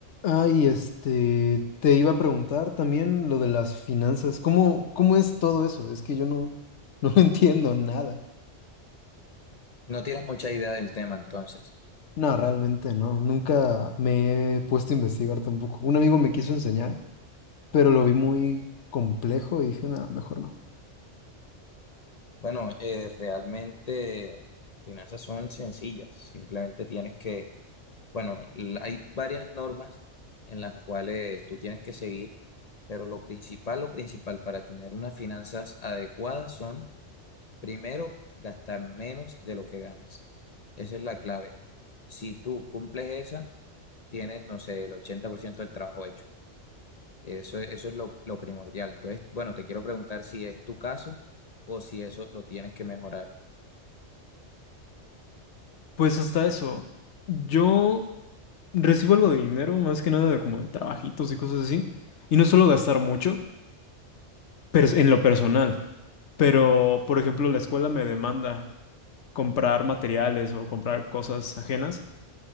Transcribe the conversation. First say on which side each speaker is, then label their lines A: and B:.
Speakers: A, on the left (about 70°); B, on the left (about 40°).
A: Ay, este, te iba a preguntar también lo de las finanzas. ¿Cómo, cómo es todo eso? Es que yo no, no <laughs> entiendo nada.
B: No tienes mucha idea del tema, entonces.
A: No, realmente no. Nunca me he puesto a investigar tampoco. Un amigo me quiso enseñar, pero lo vi muy complejo y dije, nada, mejor no.
B: Bueno, eh, realmente finanzas son sencillas. Simplemente tienes que, bueno, l- hay varias normas en las cuales tú tienes que seguir, pero lo principal, lo principal para tener unas finanzas adecuadas son, primero, gastar menos de lo que ganas. Esa es la clave. Si tú cumples esa, tienes, no sé, el 80% del trabajo hecho. Eso, eso es lo, lo primordial. Entonces, bueno, te quiero preguntar si es tu caso o si eso lo tienes que mejorar.
A: Pues hasta eso. Yo recibo algo de dinero, más que nada de como de trabajitos y cosas así. Y no suelo gastar mucho, pero en lo personal. Pero, por ejemplo, la escuela me demanda. comprar materiales o comprar cosas ajenas.